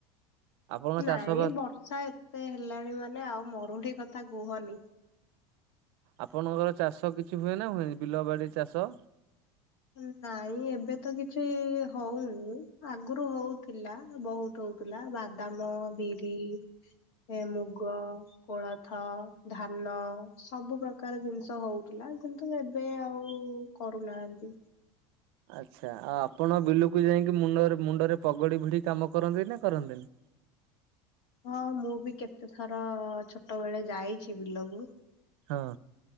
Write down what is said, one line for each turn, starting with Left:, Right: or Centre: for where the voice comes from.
Right: ଆପଣ
Left: ନାଇଁ
Right: ଚାଷ ବାସ
Left: ବର୍ଷା ଏତେ ହେଲାଣି ମାନେ ଆଉ ମରୁଡିି କ ଥା କୁହନି
Right: ଆପଣଙ୍କର ଚାଷ କିଛି ହୁଏ ନା ହୁଏନି ବିଲ ବାଡି ଚାଷ?
Left: ଉଁ ନାଇଁ ଏବେ ତ କିଛି ହଉନି ଆଗରୁ ହଉଥିଲା ବହୁତ ହଉଥିଲା ବା ବାଦାମ, ବିରି ଏ ମୁଗ କୋଳଥ ଧାନ ସବୁ ପ୍ରକାର ଜିନିଷ ହଉଥିଲା କିନ୍ତୁ ଏବେ ଆଉ ଉ କରୁନାହାନ୍ତି।
Right: ଆଚ୍ଛା ଆଉ ଆପଣ ବିଲକୁ ଯାଇକି ମୁଣ୍ଡ ମୁଣ୍ଡରେ ପଗଡି ଭିଡି କାମ କରନ୍ତି ନା କରନ୍ତିନି?
Left: ହଁ ମୁଁ ବି କେତେଥର ଛୋଟ ବେଳେ ଯାଇଛି ବିଲକୁ।
Right: ହଁ